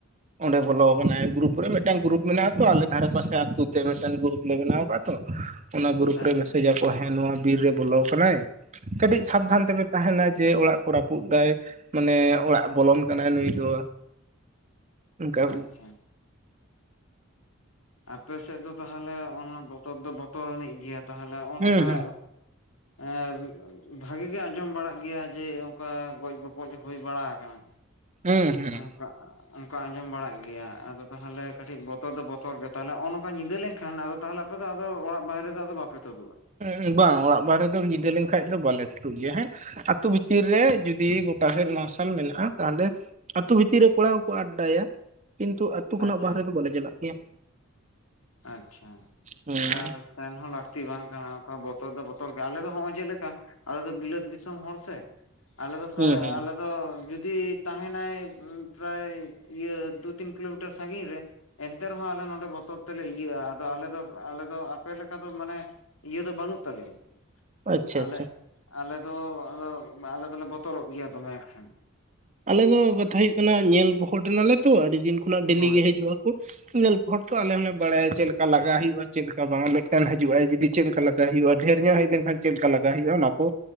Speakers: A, on the right (about 35°); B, on the left (about 80°).
A: ᱚᱸᱰᱮ ᱵᱚᱞᱚ ᱠᱟᱱᱟᱭ ᱜᱩᱨᱩᱯ ᱨᱮ ᱢᱤᱫᱴᱟᱝ ᱜᱩᱨᱩᱯ ᱢᱮᱱᱟᱜ ᱟᱛᱚ ᱟᱞᱮ ᱫᱷᱟᱨᱮ ᱯᱟᱥᱮ ᱟᱛᱳ ᱛᱮ ᱢᱤᱫᱴᱟᱝ ᱜᱩᱨᱩᱯ ᱞᱮ ᱵᱮᱱᱟᱣ ᱠᱟᱜ-ᱟ ᱛᱚ ᱚᱱᱟ ᱜᱩᱨᱩᱯ
B: ᱟᱪᱪᱷᱟ
A: ᱨᱮ ᱢᱮᱥᱮᱡᱟᱠᱚ ᱦᱮᱸ ᱱᱚᱶᱟ ᱵᱤᱨ ᱨᱮ ᱵᱚᱞᱚ ᱠᱟᱱᱟᱭ ᱠᱟᱹᱴᱤᱡ ᱥᱟᱵᱫᱷᱟᱱ
B: ᱦᱳᱭ
A: ᱛᱮᱯᱮ ᱛᱟᱦᱮᱱᱟ ᱡᱮ ᱚᱲᱟᱜ ᱨᱟᱹᱯᱩᱫ ᱫᱟᱭ ᱢᱟᱱᱮ ᱚᱲᱟᱜ ᱵᱚᱞᱚᱱ ᱠᱟᱱᱟᱭ ᱱᱩᱭ ᱫᱚ ᱚᱱᱠᱟ ᱦᱮᱸ
B: ᱟᱪᱪᱷᱟ ᱟᱯᱮ ᱥᱮᱫ ᱫᱚ ᱛᱟᱦᱚᱞᱮ ᱚᱱᱟ ᱵᱚᱛᱚᱨ ᱫᱚ ᱵᱚᱛᱚᱨ ᱟᱹᱱᱤᱡ ᱜᱮᱭᱟ ᱛᱟᱦᱚᱞᱮ ᱱᱚᱜᱼᱚ
A: ᱦᱩᱸ
B: ᱱᱚᱝᱠᱟ ᱟᱨ ᱵᱷᱟᱜᱮ ᱜᱮ ᱟᱸᱡᱚᱢ ᱵᱟᱲᱟᱜ ᱜᱮᱭᱟ ᱡᱮ ᱚᱱᱠᱟ ᱜᱚᱡ ᱜᱚᱯᱚᱡ ᱦᱩᱭ ᱵᱟᱲᱟ ᱠᱟᱱᱟ
A: ᱦᱩᱸ ᱦᱩᱸ
B: ᱚᱝᱠᱟ ᱚᱝᱠᱟ ᱟᱸᱡᱚᱢ ᱵᱟᱲᱟᱜ ᱜᱮᱭᱟ ᱟᱫᱚ ᱛᱟᱦᱚᱞᱮ ᱠᱟᱹᱴᱤᱡ ᱵᱚᱛᱚᱨ ᱫᱚ ᱵᱚᱛᱚᱨ ᱜᱮ ᱛᱟᱦᱚᱞᱮ ᱱᱚᱜᱼᱚ ᱱᱚᱝᱠᱟ ᱧᱤᱫᱟᱹ ᱞᱮᱱᱠᱷᱟᱱ ᱟᱫᱚ ᱛᱟᱦᱚᱞᱮ ᱟᱯᱮ ᱟᱫᱚ ᱚᱲᱟᱜ ᱵᱟᱦᱮᱨᱮ ᱫᱚ ᱟᱫᱚ ᱵᱟᱯᱮ ᱛᱩᱫᱩᱜᱼᱟ
A: ᱦᱮᱸ ᱵᱟᱝ ᱚᱲᱟᱜ ᱵᱟᱦᱨᱮ ᱫᱚ ᱧᱤᱫᱟᱹ ᱞᱮᱱᱠᱷᱟᱡ ᱫᱚ ᱵᱟᱞᱮ ᱛᱩᱫᱩᱜ ᱜᱮᱭᱟ ᱦᱮᱸ ᱟᱛᱳ ᱵᱷᱤᱛᱤᱨ ᱨᱮ ᱡᱩᱫᱤ ᱜᱚᱴᱟ ᱥᱮᱫ ᱢᱟᱨᱥᱟᱞ ᱢᱮᱱᱟᱜᱼᱟ ᱛᱟᱦᱚᱞᱮ ᱟᱹᱛᱳ ᱵᱷᱤᱛᱤᱨ ᱨᱮ ᱠᱚᱲᱟ ᱠᱚ ᱠᱚ ᱟᱰᱰᱟᱭᱟ ᱠᱤᱱᱛᱩ ᱟᱹᱛᱩ ᱠᱷᱚᱱᱟᱜ
B: ᱟᱪᱪᱷᱟ
A: ᱵᱟᱦᱟᱨᱮ ᱫᱚ ᱵᱟᱞᱮ ᱪᱟᱞᱟᱜ ᱜᱮᱭᱟ
B: ᱟᱪᱪᱷᱟ
A: ᱦᱩᱸ
B: ᱟᱨ ᱥᱮᱱ ᱦᱚᱸ ᱞᱟᱹᱠᱛᱤ ᱵᱟᱝ ᱠᱟᱱᱟ ᱚᱝᱠᱟ ᱵᱚᱛᱚᱨ ᱫᱚ ᱵᱚᱛᱚᱨ ᱜᱮ ᱟᱞᱮ ᱫᱚ ᱱᱚᱜ ᱚᱭ ᱡᱮᱫ ᱞᱮᱠᱟ ᱟᱞᱮᱫᱚ ᱵᱤᱞᱟᱹᱛ ᱫᱤᱥᱚᱢ ᱦᱚᱲ ᱥᱮ ᱟᱞᱮ ᱫᱚ ᱥᱟᱭ
A: ᱦᱩᱸ ᱦᱩᱸ
B: ᱟᱞᱮ ᱛᱚ ᱡᱩᱫᱤ ᱛᱟᱦᱮᱱᱟᱭ ᱯᱨᱟᱭ ᱤᱭᱟᱹ ᱫᱩ ᱛᱤᱱ ᱠᱤᱞᱳᱢᱤᱴᱟᱨ ᱥᱟᱹᱜᱤᱧ ᱨᱮ ᱾ ᱮᱱᱛᱮ ᱨᱮᱦᱚᱸ ᱟᱞᱮ ᱱᱚᱸᱰᱮ ᱵᱚᱛᱚᱨ ᱾ ᱛᱮᱞᱮ ᱤᱭᱟᱹᱜ ᱟ ᱟᱫᱚ ᱟᱞᱮ ᱫᱚ ᱟᱞᱮ ᱫᱚ ᱟᱯᱮ ᱞᱮᱠᱟ ᱫᱚ ᱢᱟᱱᱮ ᱤᱭᱟᱹ ᱫᱚ ᱵᱟᱹᱱᱩᱜ ᱛᱟᱞᱮᱭᱟ ᱾
A: ᱟᱪᱪᱷᱟ
B: ᱟᱞᱮ
A: ᱟᱪᱪᱷᱟ
B: ᱟᱞᱮ ᱫᱚ ᱟᱞᱮ ᱫᱚᱞᱮ ᱵᱚᱛᱚᱨᱚᱜ ᱜᱮᱭᱟ ᱫᱚᱢᱮ ᱮᱱᱠᱷᱟᱱ ᱾
A: ᱟᱞᱮ ᱫᱚ ᱠᱟᱛᱷᱟ ᱦᱩᱭᱩᱜ ᱠᱟᱱᱟ ᱧᱮᱞ ᱯᱚᱦᱚᱴ ᱮᱱᱟᱞᱮ ᱛᱚ ᱟᱹᱰᱤ ᱫᱤᱱ ᱠᱷᱚᱱᱟᱜ ᱰᱮᱞᱤ
B: ᱦᱳᱭ
A: ᱜᱮ ᱦᱤᱡᱩᱜ ᱟᱠᱚ ᱾ ᱤᱱᱟᱹᱞ ᱦᱚᱲ ᱛᱚ ᱟᱞᱮ ᱦᱚᱸᱞᱮ ᱵᱟᱲᱟᱭᱟ ᱪᱮᱫ ᱞᱮᱠᱟ ᱞᱟᱜᱟ ᱦᱩᱭᱩᱜᱼᱟ ᱪᱮᱫ ᱞᱮᱠᱟ ᱵᱟᱝ ᱢᱮᱫᱴᱮᱱ ᱦᱤᱡᱩᱜ ᱟᱭ ᱡᱩᱫᱤ ᱪᱮᱫ ᱞᱮᱠᱟᱞᱜᱟᱜ ᱟ ᱾ ᱞᱟᱜ ᱦᱩᱭᱩᱜ ᱟ ᱰᱷᱮᱨ ᱧᱚᱜ ᱦᱮᱡ ᱞᱮᱱᱠᱷᱟᱱ ᱪᱮᱫ ᱞᱮᱠᱟ ᱞᱟᱜᱟ ᱦᱩᱭᱩᱜ ᱟ ᱚᱱᱟ ᱠᱚ